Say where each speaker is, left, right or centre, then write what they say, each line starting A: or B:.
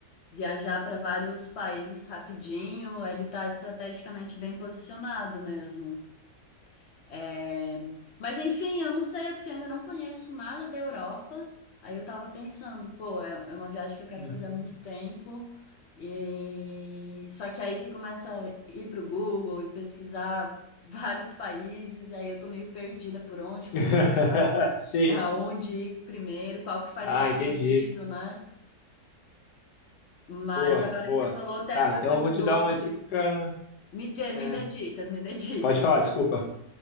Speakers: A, on the left; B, on the left.
A: viajar para vários países rapidinho. Ele tá estrategicamente bem posicionado mesmo. É, Mas enfim, eu não sei, é porque eu ainda não conheço nada da Europa. Aí eu tava pensando, pô, é é uma viagem que eu quero
B: Uhum.
A: fazer há muito tempo. E só que aí você começa a ir pro Google e pesquisar <laughs> vários países, e aí eu tô meio perdida por onde começar,
B: <laughs> Sim.
A: aonde ir primeiro, qual que faz
B: Ah,
A: mais
B: entendi.
A: sentido, né? Mas
B: Boa,
A: agora
B: boa.
A: que você falou, até
B: Tá,
A: essa
B: então
A: coisa
B: eu vou te
A: do
B: dar uma
A: de-
B: dica.
A: me, dê- me
B: é,
A: dê dicas, me dê <laughs> dicas.
B: pode falar, desculpa.